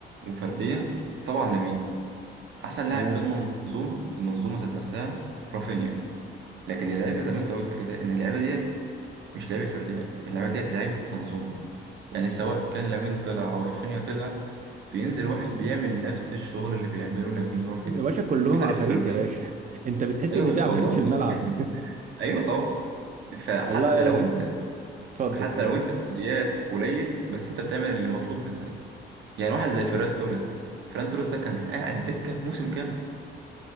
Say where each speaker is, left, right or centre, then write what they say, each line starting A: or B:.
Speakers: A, on the right; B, on the right.
A: وفرديا طبعا لامين احسن لاعب
B: تمام
A: في المنظومه المنظومه ذات نفسها رافينيا لكن اللعيبه زي ما انت قلت كده ان اللعيبه ديت مش لعيبه فرديات اللعيبه ديت لعيبه منظومه يعني سواء كان لامين طلع او رافينيا طلع بينزل واحد بيعمل نفس الشغل اللي بيعمله لامين ورافينيا
B: يا باشا كلهم
A: في فرق
B: عفاريت
A: في الفرديات
B: يا باشا <laughs> انت بتحس
A: ايوه
B: ان
A: ماشي
B: في عفاريت
A: والله
B: في الملعب
A: <laughs> ايوه طبعا
B: <laughs>
A: فحتى
B: والله
A: لو انت
B: اتفضل
A: حتى
B: اتفضل
A: لو انت فرديات قليل بس انت بتعمل اللي مطلوب منك يعني واحد زي فيران توريس ده فيران توريس ده كان قاعد دكه موسم كامل